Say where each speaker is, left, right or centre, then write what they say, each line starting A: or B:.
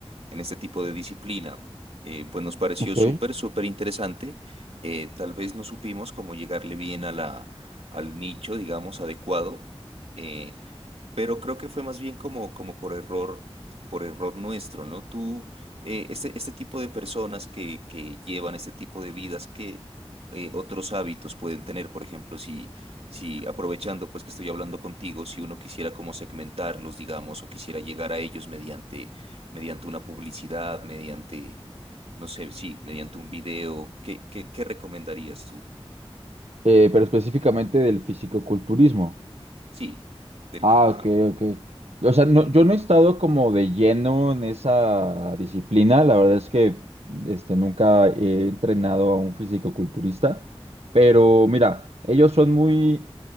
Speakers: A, on the right; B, on the right.
A: en este tipo de disciplina. Eh, pues nos pareció
B: Ok.
A: súper, súper interesante. Eh, tal vez no supimos cómo llegarle bien a la, al nicho, digamos, adecuado. Eh, pero creo que fue más bien como, como por error, por error nuestro, ¿no? Tú, eh, este, este tipo de personas que, que llevan este tipo de vidas, ¿qué eh, otros hábitos pueden tener? Por ejemplo, si, si aprovechando pues que estoy hablando contigo, si uno quisiera como segmentarlos, digamos, o quisiera llegar a ellos mediante, mediante una publicidad, mediante, no sé, sí, mediante un video, ¿qué, qué, qué recomendarías tú?
B: Eh, pero específicamente del fisicoculturismo.
A: Sí, del-
B: Ah,
A: ajá,
B: ok, ok. O sea, no, yo no he estado como de lleno en esa disciplina. La verdad es que este, nunca he entrenado a un fisicoculturista. Pero mira, ellos son muy,